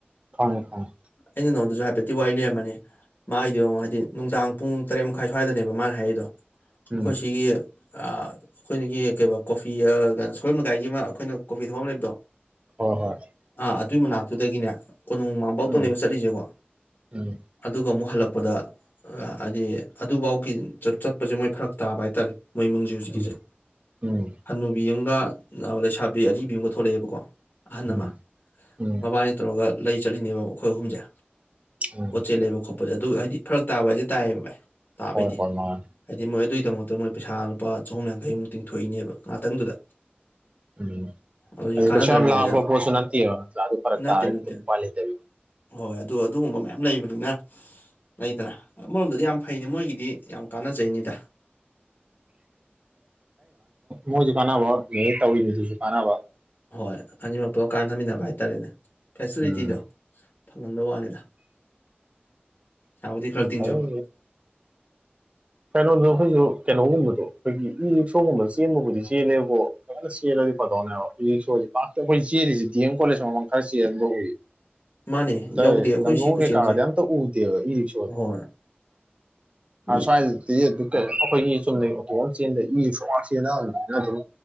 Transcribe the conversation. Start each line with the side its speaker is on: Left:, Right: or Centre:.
Right: ꯈꯪꯉꯦ ꯈꯪꯉꯦ
Left: ꯑꯩꯅ ꯅ ꯑꯗꯨꯁꯨ ꯍꯥꯏꯐꯦꯠꯇꯤ ꯋꯥꯔꯤ ꯂꯤꯔꯃꯅꯤ ꯃꯥꯒꯤꯗꯣ ꯍꯥꯏꯗꯤ ꯅꯨꯡꯗꯥꯡ ꯄꯨꯡ ꯇꯔꯦꯠ ꯃꯈꯥꯏ ꯁ꯭ꯋꯥꯏꯗꯅꯦꯕ ꯃꯥꯅ ꯍꯥꯏꯔꯤꯗꯣ ꯑꯩꯈꯣꯏ
Right: ꯎꯝ
Left: ꯁꯤꯒꯤ ꯑꯩꯈꯣꯏꯅꯒꯤ ꯀꯩ ꯀꯣꯐꯤ ꯀꯩꯅꯣ ꯁꯣꯣꯔꯣꯟ ꯃꯀꯥꯏꯒꯤ ꯑꯃ ꯑꯩꯈꯣꯏꯅ ꯀꯣꯐꯤ ꯊꯧ ꯑꯃ ꯂꯩꯕꯗꯣ
Right: ꯍꯣꯏ ꯍꯣꯏ
Left: ꯑꯥ ꯑꯗꯨꯏ ꯃꯅꯥꯛꯇꯨꯗꯒꯤꯅꯦ ꯀꯣꯅꯨꯡ ꯃꯥꯡꯕꯧꯇꯧꯅꯦꯕ
Right: ꯎꯝ
Left: ꯆꯠꯂꯤꯁꯦꯀꯣ
Right: ꯎꯝ
Left: ꯑꯗꯨꯒ ꯑꯃꯨꯛ ꯍꯜꯂꯛꯄ ꯆꯠꯄꯗ ꯍꯥꯏꯗꯤ ꯑꯗꯨꯐꯥꯎꯒꯤ ꯆꯠꯄꯁꯦ ꯃꯣꯏ ꯐꯔꯛ ꯇꯥꯕ ꯍꯥꯏꯇꯥꯔꯦ ꯃꯣꯏ ꯏꯃꯨꯡꯁꯦ ꯍꯧꯖꯤꯛꯀꯤꯁꯦ
Right: ꯎꯝ ꯎꯝ
Left: ꯍꯟꯅꯨꯕꯤ ꯑꯃꯒꯅꯥ ꯂꯩꯁꯥꯕꯤ ꯑꯔꯤꯕ ꯑꯃꯒ ꯊꯣꯛꯂꯛꯑꯦꯕꯀꯣ ꯑꯍꯟ
Right: ꯎꯝ
Left: ꯑꯃ
Right: ꯎꯝ
Left: ꯃꯕꯥꯅꯤ ꯇꯧꯔꯒꯦ ꯑꯗꯨꯒ ꯂꯩ ꯆꯠꯂꯤꯅꯦꯕ ꯃꯈꯣꯏ ꯑꯍꯨꯝꯁꯦ
Right: ꯎꯝ
Left: ꯄꯣꯠ ꯆꯩ ꯂꯩꯕ ꯈꯣꯄ ꯄꯁꯦ ꯑꯗꯨꯒ ꯍꯥꯏꯗꯤ ꯐꯔꯛ ꯇꯥꯕ ꯍꯥꯏꯁꯦ ꯇꯥꯏꯌꯦꯕ ꯚꯥꯏ ꯇꯥꯕꯩꯗꯤ
Right: ꯍꯣꯏ ꯍꯣꯏ ꯃꯥꯅꯦ
Left: ꯍꯥꯏꯗꯤ ꯃꯣꯏ ꯑꯗꯨꯒꯤꯗꯃꯛꯇ ꯃꯣꯏ ꯄꯩꯁꯥ ꯂꯨꯄꯥ ꯆꯍꯨꯝ ꯌꯥꯡꯈꯩꯃꯨꯛ ꯇꯤꯡꯊꯣꯛꯏꯅꯦꯕ ꯉꯥꯛꯇꯪꯗꯨꯗ
Right: ꯎꯝ
Left: ꯑꯗꯨꯗꯤ
Right: ꯑꯩ
Left: ꯀꯥꯟꯅꯗ꯭ꯔꯅꯦ
Right: ꯀꯩꯁꯕ
Left: ꯍꯥꯏꯁꯦ
Right: ꯂꯄ ꯄꯣꯁꯨ ꯅꯠꯇꯤ ꯑꯗꯨ ꯄꯔꯛꯇ
Left: ꯅꯠꯇꯦ
Right: ꯑꯔꯜ
Left: ꯅꯠꯇꯦ
Right: ꯇꯨꯝ ꯄꯜꯂꯤꯗꯕꯤ
Left: ꯍꯣꯏ ꯑꯗꯨ ꯑꯗꯨꯒꯨꯝꯕ ꯃꯌꯥꯝ ꯂꯩꯕꯅꯤꯅ ꯂꯩꯗꯅ ꯑꯃꯔꯣꯝꯗꯗꯤ ꯌꯥꯝ ꯐꯩꯅꯦ ꯃꯣꯏꯒꯤꯗꯤ ꯌꯥꯝ ꯀꯥꯟꯅꯖꯩꯅꯤꯗ
Right: ꯃꯁꯨꯨꯀꯥꯟꯅꯕ ꯇꯧ ꯃꯊꯁꯨꯨ ꯀꯥꯟꯅꯕ
Left: ꯍꯣꯏ ꯑꯅꯤꯃꯛꯄꯗ ꯀꯥꯟꯅꯃꯤꯟꯅꯕ ꯍꯥꯏꯇꯥꯔꯦꯅꯦ ꯐꯦꯁꯤꯂꯤꯇꯤꯗꯣ
Right: ꯎꯝ
Left: ꯐꯪꯍꯟꯗ ꯋꯥꯅꯤꯗ ꯁꯕꯗꯤ ꯈꯔ ꯇꯤꯟ
Right: ꯐꯔꯦ
Left: ꯆꯕ
Right: ꯀꯩꯅꯣꯗꯣ ꯑꯩꯈꯣꯏꯁꯨ ꯀꯩꯅꯣꯒꯨꯝꯕꯗꯣ ꯑꯩꯈꯣꯏꯒꯤ ꯏꯁꯣꯒꯨꯝꯕ ꯆꯦꯟꯕꯕꯨꯗꯤ ꯆꯦꯜꯂꯦꯕꯣ ꯐꯖꯅ ꯆꯂꯒ ꯗꯅꯦꯕ ꯄꯥꯛꯇ ꯑꯩꯈꯣꯏ ꯆꯦꯜꯂꯤꯁꯦ ꯗꯤ ꯑꯦꯝ ꯀꯣꯂꯦꯖ ꯃꯃꯜ ꯈꯔ ꯆꯦꯟꯕ ꯎꯏ
Left: ꯃꯥꯅꯦ ꯌꯧꯗꯦ
Right: ꯑ
Left: ꯑꯩꯈꯣꯏ ꯁꯤ
Right: ꯂꯨꯒꯦ
Left: ꯈꯨꯆꯦꯟꯁꯦ
Right: ꯀꯥꯗ ꯌꯥꯝꯇ ꯎꯗꯦ ꯏꯁꯨ ꯑꯗꯨ
Left: ꯍꯣꯏ ꯃꯤ
Right: ꯑꯁꯥꯏ ꯀꯩꯅꯣ ꯑꯩꯈꯣꯏꯒꯤ ꯆꯨꯝꯅꯩ ꯑꯣꯇꯣꯛ ꯑꯃ ꯆꯦꯟꯗ ꯏꯁꯨ ꯁ ꯋꯥ ꯆꯦꯅ ꯑꯗꯨꯝ